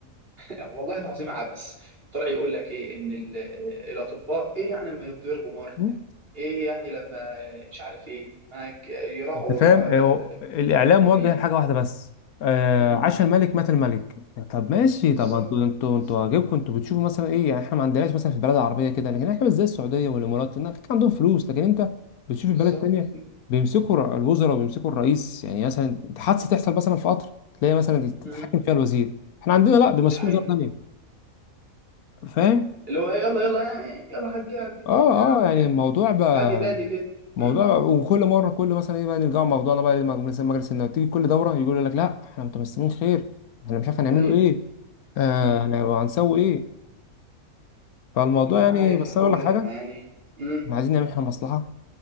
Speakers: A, on the right; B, on the left.
A: لا، والله العظيم عبث طلع يقول لك ايه ان ال- آه، الاطباء ايه يعني لما يتضربوا مره
B: امم
A: ايه يعني لما مش عارف ايه معاك يراعوا
B: انت فاهم
A: الو-
B: هو الاعلام
A: قدره المريض
B: موجه لحاجه واحده بس آه
A: امم
B: عاش الملك مات الملك طب ماشي
A: بالظبط
B: طب ما انتوا انتوا
A: بالظبط
B: انتوا واجبكم انتوا بتشوفوا مثلا ايه يعني احنا ما عندناش مثلا في البلاد العربيه كده لكن احنا مش زي السعوديه والامارات هناك عندهم فلوس لكن انت بتشوف
A: بالظبط
B: البلد تانية بيمسكوا ر- الوزراء وبيمسكوا الرئيس يعني مثلا حادثه تحصل مثلا في قطر تلاقي مثلا تتحكم
A: امم
B: فيها الوزير احنا عندنا لا بيمسكوا
A: دي حقيقة
B: وزاره تانية فاهم
A: اللي هو يلا يلا يعني يلا هديها هديها
B: اه
A: يا عم
B: اه يعني الموضوع بقى
A: عادي بادي كده
B: موضوع
A: امم
B: وكل مره كل مثلا ايه بقى نرجع موضوعنا بقى لمجلس مجلس النواب تيجي كل دوره يقول لك لا احنا متمسكين خير
A: أمم.
B: احنا مش عارف هنعمله
A: ايوه
B: ايه آه
A: امم
B: هن- هنسوي ايه فالموضوع
A: والله
B: يعني
A: ما عارف
B: بس
A: يا اخويا
B: انا اقول لك حاجه
A: يعني امم
B: احنا عايزين نعمل احنا مصلحه